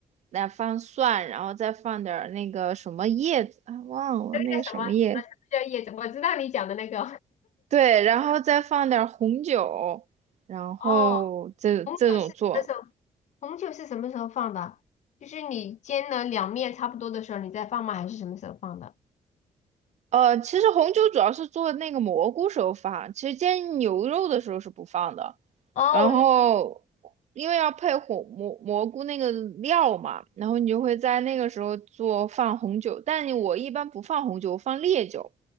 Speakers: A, on the right; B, on the left.
A: 来放蒜，然后再放点儿那个什么叶子，啊，忘了那个什么叶。
B: 那个什么什么什么叫叶子？我知道你讲的那个
A: 对，然后再放点儿红酒，然后这这种做。
B: 哦，红酒是什么时候？红酒是什么时候放的？就是你煎了两面差不多的时候，你再放吗？还是什么时候放的？
A: 呃，其实红酒主要是做那个蘑菇时候放，其实煎牛肉的时候是不放的。
B: 哦，
A: 然后因为要配红蘑蘑菇那个料嘛，
B: 我就
A: 然后你就会在那个时候做放红酒，但我一般不放红酒，我放烈酒。